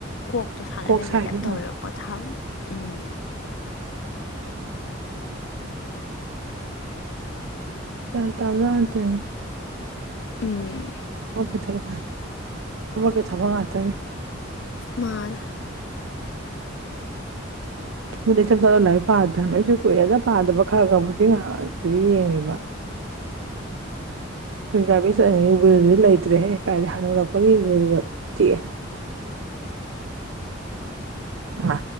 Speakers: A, on the left (about 65°); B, on the right (about 85°).
A: ꯀꯣꯛꯇꯣ ꯁꯥꯟꯅ
B: ꯀꯣꯛ
A: ꯂꯩꯕꯒꯤ
B: ꯁꯥꯏꯗꯅ
A: ꯇꯥꯏꯞ ꯇꯧꯋꯦꯕ ꯄꯣꯊꯥꯕ ꯎꯝ
B: ꯍꯦꯜ ꯇꯥꯕꯗꯇꯦ
A: ꯎꯝ
B: ꯑꯣꯀꯦ ꯊꯕ ꯊꯕꯀꯤꯩ ꯊꯕ ꯉꯥꯛꯇꯅꯦ
A: ꯃꯥꯔ
B: ꯑꯗꯨꯗꯤ ꯏꯆꯝ ꯆꯥꯅ ꯂꯥꯏꯔꯤꯛ ꯄꯥꯗ꯭ꯔꯦ ꯑꯩꯁꯨ ꯀꯨꯏꯑꯦꯗ ꯄꯥꯗꯕ ꯈꯔꯒꯕꯨꯗꯤ ꯉꯥꯏꯍꯥꯛ ꯌꯦꯡꯉꯦꯕ ꯀꯥꯏ ꯄ ꯆꯠꯉꯩꯕꯦꯜꯁꯨ ꯂꯩꯇ꯭ꯔꯦꯍꯦꯛ ꯀꯥꯏꯗꯤ ꯍꯗꯣꯔꯛꯄꯒꯤꯕꯦꯜꯗꯨꯒ ꯇꯤꯑꯦ ꯑ